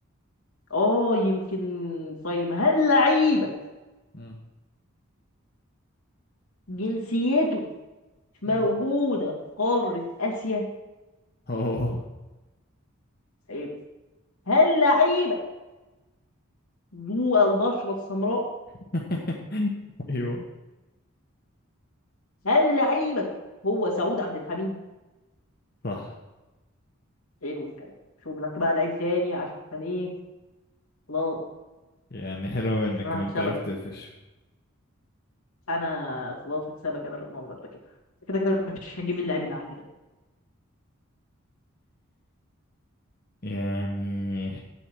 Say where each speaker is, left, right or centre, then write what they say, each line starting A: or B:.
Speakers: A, on the left (about 85°); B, on the left (about 45°).
A: اه يمكن طيب هل لعيبك
B: مم.
A: جنسيته موجودة
B: مم.
A: في قارة آسيا؟
B: اوه
A: حلو هل لعيبك ذو البشرة السمراء؟
B: <laughs> ايوه
A: هل لعيبك هو سعود عبد الحميد؟
B: صح
A: حلو الكلام شوف لك بقى لعيب تاني عشان ايه؟ لا
B: يعني حلو منك
A: عشان انا
B: ان
A: هكسبك
B: انت عرفت تقفش
A: انا خلاص هكسبك انا بالمنظر ده كده كده كده مش هجيب اللعيب اللي عندي ده
B: يعني